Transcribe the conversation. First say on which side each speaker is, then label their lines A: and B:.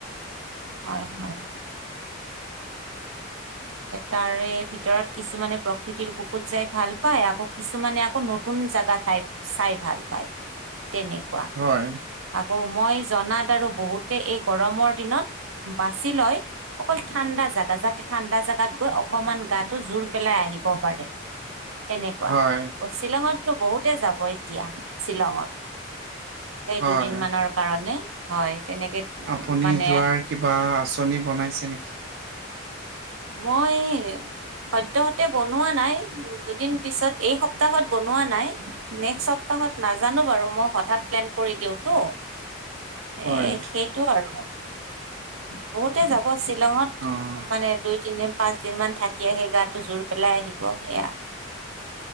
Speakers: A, on the right; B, on the right.
A: হয় হয় তাৰে ভিতৰত কিছুমানে প্ৰকৃতিৰ বুকুত যাই ভাল পায়। আকৌ কিছুমানে আকৌ নতুন জাগা চাই চাই ভাল পায়। তেনেকুৱা
B: হয়,
A: অ মই জনাত আৰু বহুতে এই গৰমৰ দিনত বাছি লয় অকল ঠাণ্ডা জেগা যাতে ঠাণ্ডা জেগা তাত গৈ অকমান গাটো জোৰ পেলাই আহিব পাৰে। তেনেকুৱা
B: হয়,
A: প শ্বিলঙত টো বহুতে যাব এতিয়া শ্বিলঙত। সেই
B: হয়।
A: দুদিন মানৰ কাৰণে হয় তেনেকে
B: আপুনি
A: মানে
B: যোৱাৰ কিবা আঁচনি বনাইছে নেকি?
A: মই সদ্যহতে বনোৱা নাই দুদিন পিছত এই সপ্তাহত বনোৱা নাই নেক্স সপ হত নাজানো বাৰু মই হঠাৎ প্লেন কৰি দিওঁতো
B: হয়,
A: এ সেইটো আৰু বহুতে যাব শ্বিলঙত
B: অ'।
A: মানে দুই পাঁচ দিন মান থাকি আহে গাটো জোৰ পেলাই আহিব সেয়া,